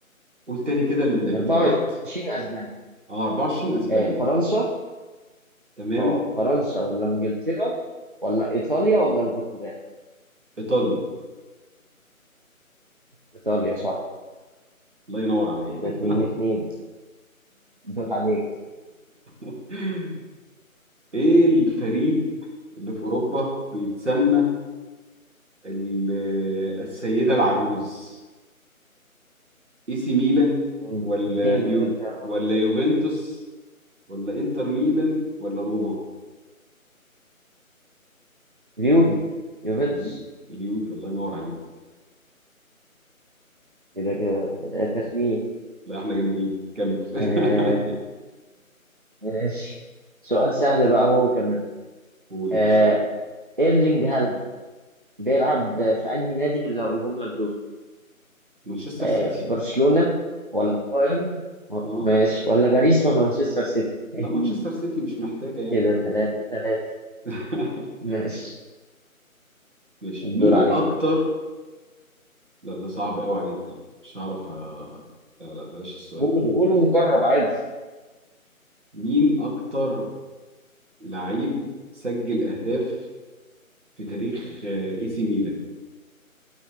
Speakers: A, on the right (about 55°); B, on the right (about 35°).
A: قول تاني كده الاختيارات
B: 24 اسبانيا
A: اه 24 اسبانيا
B: آه فرنسا
A: تمام
B: اه فرنسا ولا انجلترا ولا ايطاليا ولا البرتغال
A: ايطاليا
B: ايطاليا صح
A: الله ينور عليك
B: كده اتنين اتنين دور عليك
A: <laughs> ايه الفريق اللي في اوروبا بيتسمى ال- السيدة العجوز اي سي ميلان
B: مم.
A: ولا
B: اديني
A: يو
B: بقى الاختيارات
A: ولا يوفنتوس ولا انتر ميلان ولا روما
B: اليوفي يوفنتوس
A: اليو اليو الله ينور عليك
B: كده كده تلاتة اتنين
A: لا احنا جامدين كمل <laughs>
B: آه ماشي سؤال سهل بقى هو كمان
A: قول
B: آه
A: يا باشا
B: ايرلينج هالاند بيلعب في انهي نادي من اللي هقولهم لك دول
A: مانشستر
B: آه
A: سيتي
B: في برشلونة ولا في بايرن و-
A: اه
B: ماشي ولا باريس ولا مانشستر سيتي <laughs>
A: لا مانشستر سيتي مش محتاجه يعني
B: كده تلاتة تلاتة
A: <laughs>
B: ماشي
A: ماشي
B: الدور
A: مين
B: عليك
A: اكتر لا ده صعب قوي عليك ده مش هعرف أ- لا لا بلاش السؤال
B: قولوا
A: ده
B: قولوا ونجرب عادي
A: مين اكتر لعيب سجل اهداف في تاريخ آه، اي سي ميلان